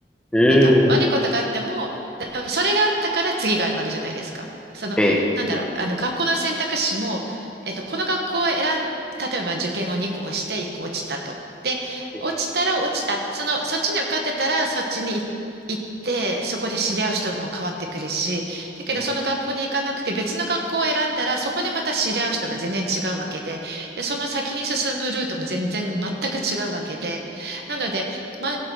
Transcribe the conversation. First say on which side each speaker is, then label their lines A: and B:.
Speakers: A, in the centre; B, on the right.
A: う
B: なんか悪いことがあっても、
A: ん。
B: だそれがあったから次があるわけじゃないですか。その、
A: え、
B: なんだろう、あの学校の選択肢も、えっと、この学校を選ん、例えば受験を2校して1校落ちたと。で、
A: え
B: 落ちたら落ち、あ、その、そっちに受かってたらそっちにい行って、そこで知り合う人も変わってくるし、だけどその学校に行かなくて別の学校を選んだらそこでまた知り合う人が全然違うわけで、
A: うん。
B: で、その先に進むルートも全然全く違うわけで、なので、ま、